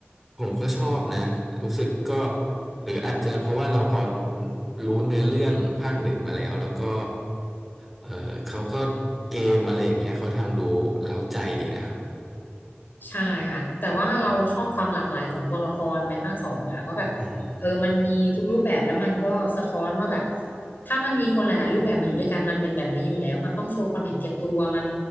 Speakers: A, in the centre; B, on the left.
A: ผมก็ชอบนะรู้สึกก็หรืออาจจะเพราะว่าเราพอรู้เนื้อเรื่องภาคหนึ่งมาแล้วแล้วก็เออเขาก็เกมอะไรอย่างเงี้ยเขาทำดูเร้าใจดีนะครับ
B: ใช่ค่ะแต่ว่าเราชอบความหลากหลายของตัวละครในภาคสองอะว่าแบบ
A: อืม
B: เออมันมีทุกรูปแบบแล้วมันก็สะท้อนว่าแบบถ้ามันมีคนหลายๆรูปแบบมาอยู่ด้วยกันมันเป็นแบบนี้อยู่แล้วมันต้องโชว์ความเห็นแก่ตัวมัน